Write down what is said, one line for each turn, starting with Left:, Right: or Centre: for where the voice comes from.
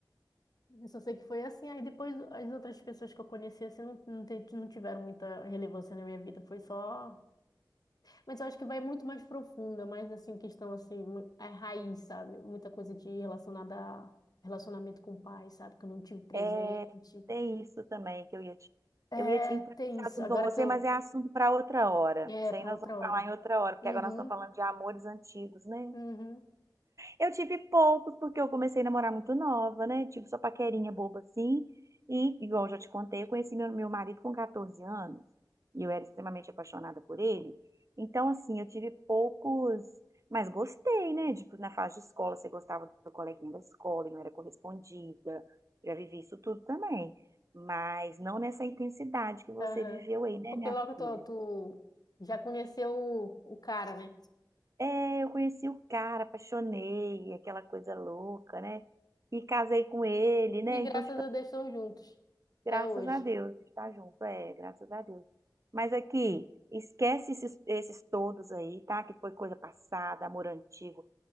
Left: Eu só sei que foi assim. Aí depois as outras pessoas que eu conheci assim não, não, te- não tiveram muita relevância na minha vida. Foi só. Mas eu acho que vai muito mais profunda, mais assim, questão assim, mu- é raiz, sabe? Muita coisa de relacionada a relacionamento com o pai, sabe? Que eu não tive presente.
Right: É, tem isso também que eu ia te.
Left: É,
Right: Eu ia te entrar
Left: tem
Right: nesse
Left: isso.
Right: assunto
Left: Agora
Right: com você,
Left: que eu.
Right: mas é assunto pra outra hora.
Left: É,
Right: Isso
Left: para
Right: aí nós
Left: outra
Right: vamos
Left: hora.
Right: falar em outra hora, porque
Left: Uhum,
Right: agora nós estamos falando de amores antigos, né?
Left: uhum,
Right: Eu tive poucos, porque eu comecei a namorar muito nova, né? Tipo, só paquerinha boba assim. E, igual eu já te contei, eu conheci meu, meu marido com 14 anos. E eu era extremamente apaixonada por ele. Então, assim, eu tive poucos. Mas gostei, né? Tipo, na fase de escola, você gostava do coleguinha da escola e não era correspondida. Eu já vivi isso tudo também. Mas não nessa intensidade que você
Left: aham.
Right: viveu aí, né,
Left: Porque
Right: minha
Left: logo tu,
Right: filha?
Left: tu já conheceu o, o cara, né?
Right: É, eu conheci o cara, apaixonei, aquela coisa louca, né? E casei com ele, né?
Left: E graças
Right: Então, tipo,
Left: a Deus estão juntos.
Right: graças
Left: Até hoje.
Right: a Deus, a gente tá junto, é, graças a Deus. Mas aqui, esquece esses, esses todos aí, tá? Que foi coisa passada, amor antigo.